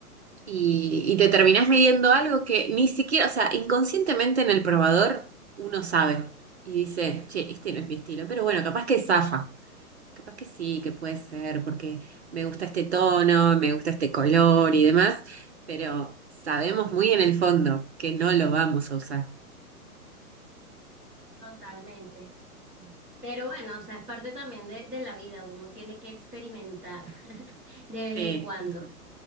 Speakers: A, on the right; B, in the centre.
A: Y, y te terminás midiendo algo que ni siquiera, o sea, inconscientemente en el probador uno sabe y dice, che, este no es mi estilo, pero bueno, capaz que zafa. Capaz que sí, que puede ser, porque me gusta este tono, me gusta este color y demás, pero sabemos muy en el fondo que no lo vamos a usar.
B: Totalmente. Pero bueno, o sea, es parte también de, de la vida. Uno tiene que experimentar <laughs> de vez
A: Sí,
B: en cuando.
A: tal cual.